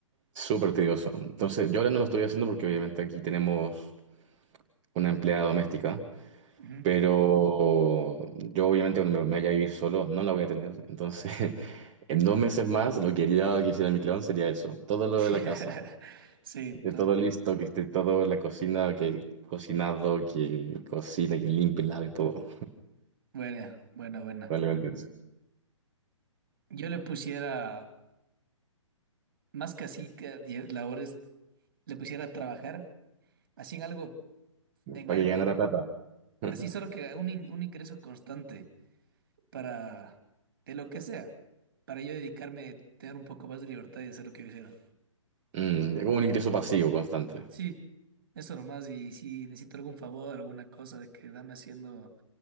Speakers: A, on the right; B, on the right.
A: súper tedioso. Entonces, yo ahora no lo estoy haciendo porque obviamente aquí tenemos una empleada doméstica,
B: Ujú.
A: pero yo obviamente cuando me, me vaya a vivir solo no la voy a tener. Entonces, <laughs> en dos meses más lo que haría que hiciera mi clon sería eso, todo lo
B: <laughs>
A: de la casa,
B: Sí,
A: de
B: to-
A: todo listo, que esté todo en la cocina, que cocinado, que cocine, que limpie, lave todo.
B: buena, buena, buena.
A: Probablemente eso.
B: Yo le pusiera, más que así, que die- labores, le pusiera a trabajar, así en algo, en
A: para
B: algo,
A: que ganara plata. <laughs>
B: así solo que un, in- un ingreso constante para, de lo que sea, para yo dedicarme, tener un poco más de libertad y hacer lo que yo hiciera.
A: Mm, es como un ingreso pasivo constante.
B: Sí, eso nomás. Y si necesito algún favor, alguna cosa de que dame haciendo